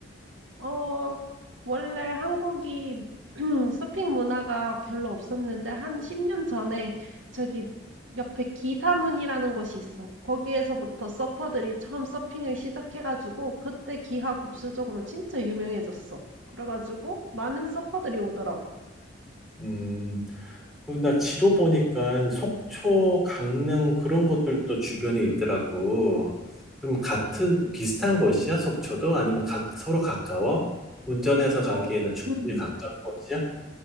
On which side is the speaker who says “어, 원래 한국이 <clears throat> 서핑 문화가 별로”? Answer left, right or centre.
Right